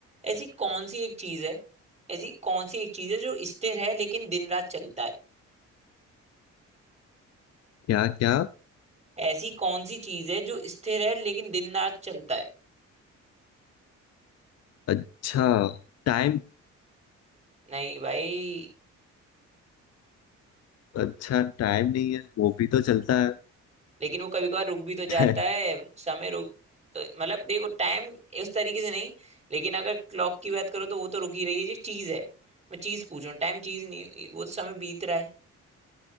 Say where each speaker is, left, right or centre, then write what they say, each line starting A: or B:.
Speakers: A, on the right (about 20°); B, on the left (about 55°).
A: ऐसी कौन सी एक चीज है ऐसी कौन सी एक चीज है जो स्थिर है लेकिन दिन रात चलता है
B: क्या क्या
A: ऐसी कौन सी चीज है जो स्थिर है लेकिन दिन रात चलता है
B: अच्छा टाइम
A: नहीं भाई
B: अच्छा टाइम नहीं है वो भी तो चलता है
A: लेकिन वो कभी कभार रुक भी तो जाता
B: <laughs>
A: है समय रुक तो मतलब देखो टाइम इस तरीके से नहीं लेकिन अगर क्लॉक की बात करो तो वो तो रुक ही रही है जो चीज है मैं चीज पूछ रहा हूँ टाइम चीज नहीं वो तो समय बीत रहा है